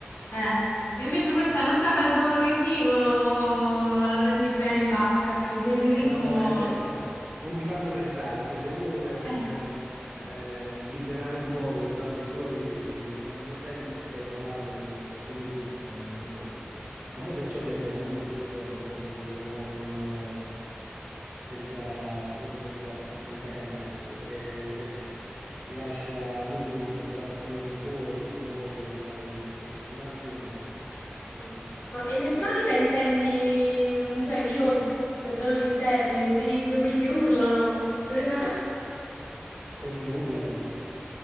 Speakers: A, on the left (about 60°); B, on the right (about 50°).
A: Eh. E invece questa non capendo quello che dicono la prendi bene e basta, capito? Segui il ritmo.
B: No, no, ma è vero, è vero. Non ti fanno pensare, cioè se uno vuole
A: Eh.
B: eh, svisionare un po' per i fatti suoi, quando non sai di che stai parlando, eh, c'è solo il ritmo, è molto meglio. A me perciò piace la musica elettronica pure, quella là non, senza, proprio senza, senza cantato, perché, capito, ti lascia libero di pensare a quello che vuoi, ti muovi e vai in altri universi, diciamo così.
A: Ma elettronica intendi, mm, cioè io, perdonami il termine, utilizzo quelli che urlano. Cioè, che fanno, "Eh?"
B: Quelli che urlano,